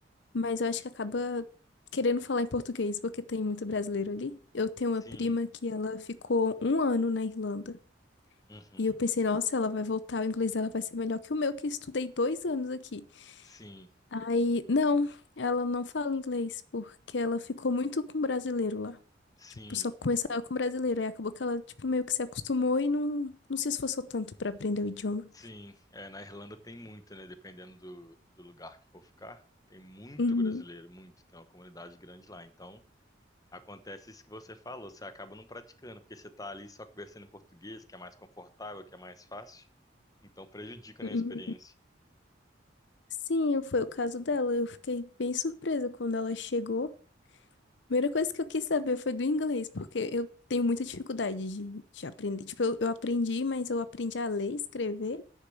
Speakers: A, on the left; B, on the left.
A: Mas eu acho que acaba querendo falar em português, porque tem muito brasileiro ali. Eu tenho
B: Sim,
A: uma prima que ela ficou um ano na Irlanda.
B: uhum,
A: E eu pensei, nossa, ela vai voltar, o inglês dela vai ser melhor que o meu, que estudei dois anos aqui.
B: sim,
A: Aí, não, ela não fala inglês, porque ela ficou muito com brasileiro lá.
B: sim.
A: Tipo, só começava com brasileiro. Aí acabou que ela, tipo, meio que se acostumou e não, não se esforçou tanto pra aprender o idioma.
B: Sim, é, na Irlanda tem muito, né? Dependendo do, do lugar que for ficar, tem muito
A: Uhum.
B: brasileiro, muito. Tem uma comunidade grande lá. Então, acontece isso que você falou, você acaba não praticando, porque você tá ali só conversando em português, que é mais confortável, que é mais fácil. Então, prejudica,
A: Uhum.
B: né, a experiência.
A: Sim, foi o caso dela. Eu fiquei bem surpresa quando ela chegou. Primeira coisa que eu quis saber foi do inglês, porque eu tenho muita dificuldade de, de aprender. Tipo, eu, eu aprendi, mas eu aprendi a ler, escrever,